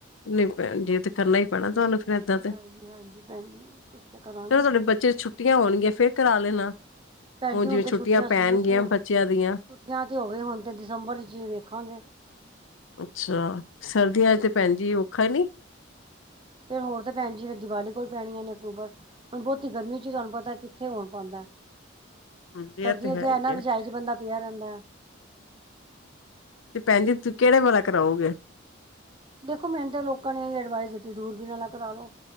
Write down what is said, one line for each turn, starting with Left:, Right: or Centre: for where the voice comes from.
Left: ਨਈ ਭੈਣ ਜੀ ਐ ਤੇ ਕਰਨਾ ਈ ਪੈਣਾ ਤੁਆਨੂੰ ਫੇਰ ਏਦਾਂ ਤੇ।
Right: ਹਾਂਜੀ ਹਾਂਜੀ ਭੈਣ ਜੀ ਕੁਛ ਤੇ ਕਰਾਂਗੇ
Left: ਜਦੋਂ ਤੁਆਡੇ
Right: ਕੀ ਕਰਨਾ
Left: ਬੱਚੇ ਦੇ ਛੁੱਟੀਆਂ ਹੋਣਗੀਆਂ ਫਿਰ ਕਰਾ ਲੈਣਾ।
Right: ਭੈਣਜੀ
Left: ਹੁਣ ਜਿਵੇਂ
Right: ਹੁੰਣ ਤੇ ਛੁੱਟੀਆਂ
Left: ਪੈਣਗੀਆਂ
Right: ਸਕੂਲ ਖੁਲ
Left: ਬੱਚਿਆਂ
Right: ਛੁੱਟੀਆਂ
Left: ਦੀਆਂ।
Right: ਤੇ ਹੋ ਗਏ ਹੁਣ ਤੇ ਦਸੰਬਰ ਇੱਚ ਈ ਵੇਖਾਂਗੇ।
Left: ਅੱਛਾ ਸਰਦੀਆਂ ਚ ਤੇ ਭੈਣ ਜੀ ਔਖਾ ਨੀ,
Right: ਤੇ ਹੋਰ ਤੇ ਪੈਣ ਜਿਵੇਂ ਦੀਵਾਲੀ ਕੋਲ ਪੈਣ ਗਿਆਂ ਨੇ ਅਕਤੂਬਰ, ਹੁਣ ਬਹੁਤੀ ਗਰਮੀ ਚ ਤੁਆਨੂੰ ਪਤੈ ਕਿੱਥੇ ਹੋ ਪਾਂਦੈ।
Left: ਹਾਂਜੀ
Right: ਸਰਦੀਆਂ
Left: ਇਹ ਤੇ
Right: 'ਚ ਹੈ
Left: ਹੀ
Right: ਨਾ ਰਜਾਈ ਚ ਬੰਦਾ ਪਿਆ ਰਹਿੰਦੈ
Left: ਤੇ ਭੈਣ ਜੀ ਤ ਕੇੜੇ ਵਾਲਾ ਕਰਾਔਗੇ?
Right: ਦੇਖੋ ਮੇਂਨ ਤੇ ਲੋਕਾਂ ਨੇ ਇਹੀ ਐਡਵਾਈਸ ਦਿੱਤੀ ਦੂਰਬੀਨ ਆਲਾ ਕਰਾ ਲੋ।